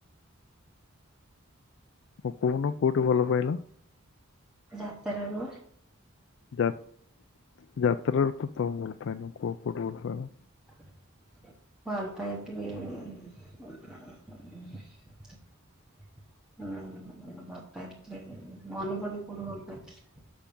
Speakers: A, on the left; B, in the centre.
A: ହଁ କହୁନ କୋଉଠୁ ଭଲ ପାଇଲ?
B: ଯାତେରାରୁ।
A: ଯାତ ଯାତ୍ରାରୁ ତ ତମେ ଭଲ ପାଇନ କୁଅ କଉଠୁ ଭଲ ପାଇଲ?
B: ଭଲ ପାଇଥିଲି ହୁଁ <unintelligible> ମନ ପଡୁନି କୋଉ ଟୁ ଭଲ ପାଇଥିଲି।